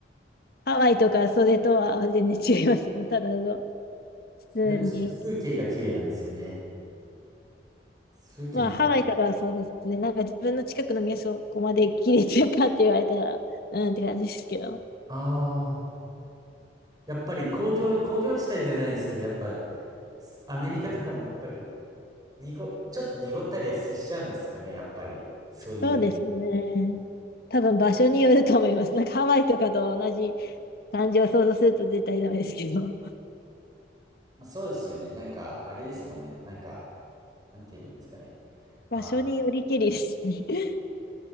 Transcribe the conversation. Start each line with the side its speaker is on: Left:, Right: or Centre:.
Left: ハワイとかそれとは全然違いますよ。ただの、普通に。
Right: でもその風景が綺麗なんですよね。風景も。
Left: まあ、ハワイとかはそうですね。なんか自分の近くの店をここまで切れてるかって言われたら、うんって感じですけど。
Right: ああ。やっぱり工業、工業地帯ではないですけど、やっぱ、すアメリカとかもやっぱり、濁、ちょっと濁ったりはすしちゃうんですかね、やっぱり。そういう。
Left: そうですね。多分場所によると思います。なんかハワイとかと同じ感じを想像すると絶対ダメですけど。
Right: まあ、そうですよね。なんか、あれですもんね。なんか、なんて言えばいいんですかね。あ、
Left: 場所によりけりですね。<laughs>